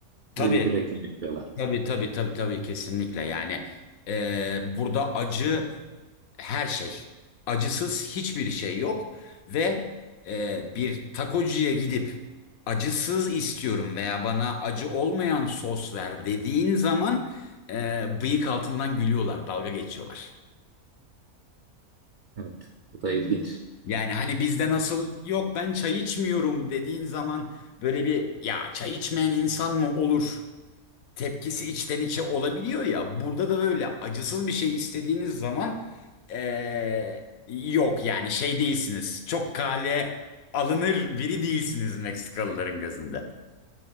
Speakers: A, on the left (about 70°); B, on the right (about 85°).
A: Tabii,
B: öyle bir reklam yapıyorlar.
A: tabii, tabii, tabii, tabii kesinlikle. Yani e, burada acı her şey. Acısız hiçbir şey yok ve e, bir takocuya gidip acısız istiyorum veya bana acı olmayan sos ver dediğin zaman e, bıyık altından gülüyorlar, dalga geçiyorlar.
B: Evet, bu da ilginç.
A: Yani hani bizde nasıl yok ben çay içmiyorum dediğin zaman böyle bir ya çay içmeyen insan mı olur tepkisi içten içe olabiliyor ya. Burada da öyle acısız bir şey istediğiniz zaman eee, yok yani şey değilsiniz. Çok kale alınır biri değilsiniz Meksikalıların gözünde.